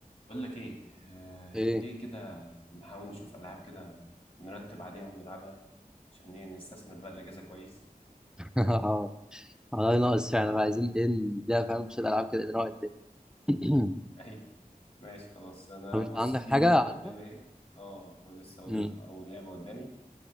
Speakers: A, on the left; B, in the centre.
A: بقول لك ايه آه،
B: ايه
A: ما تيجي كده نحاول نشوف العاب كده نرتب عليها ونلعبها عشان ايه نستثمر بقى الاجازه كويس
B: <laughs> اه والله ناقص
A: <laughs> تمام؟
B: فعلا عايزين ايه نديها فاهم شوية العاب كده نروق الدنيا <clears throat>
A: ايوه ماشي خلاص انا
B: طب انت
A: بص
B: عندك
A: في
B: حاجة
A: لعبه
B: عارفها؟
A: قدامي اهي اه ما لسه اقول
B: امم
A: لك اول لعبه قدامي